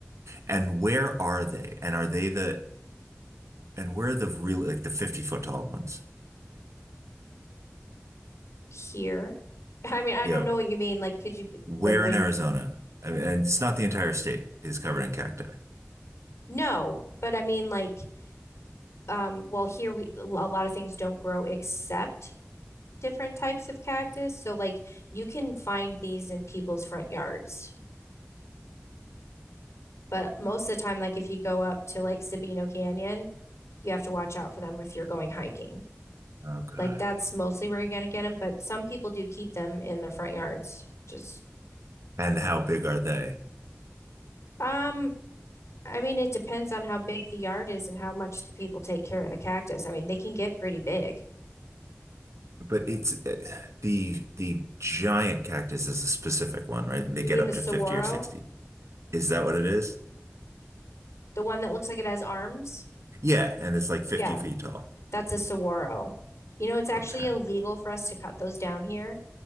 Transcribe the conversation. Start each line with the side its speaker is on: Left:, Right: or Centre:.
Right: And where are they? And are they the and where are the really like the 50 foot tall ones?
Left: Here. I mean, I
Right: Yeah.
Left: don't know what you mean. Like, could you
Right: Where
Left: like what
Right: in
Left: do
Right: Arizona?
Left: you mean?
Right: I mean, and it's not the entire state is covered in cacti.
Left: No, but I mean like um well here we a lot of things don't grow except different types of cactus. So like you can find these in people's front yards. But most of the time, like if you go up to like Sabino Canyon, you have to watch out for them if you're going hiking.
Right: Okay.
Left: Like that's mostly where you're going to get them, but some people do keep them in their front yards. Just,
Right: And how big are they?
Left: um, I mean, it depends on how big the yard is and how much the people take care of the cactus. I mean, they can get pretty big.
Right: But it's uh, the the giant cactus is a specific one, right? They
Left: You
Right: get
Left: mean
Right: up
Left: the
Right: to
Left: saguaro,
Right: 50 or 60. Is that what it is?
Left: the one that looks like it has arms?
Right: Yeah, and it's like 50
Left: Yeah,
Right: feet tall.
Left: that's a saguaro. You know, it's actually
Right: Okay.
Left: illegal for us to cut those down here.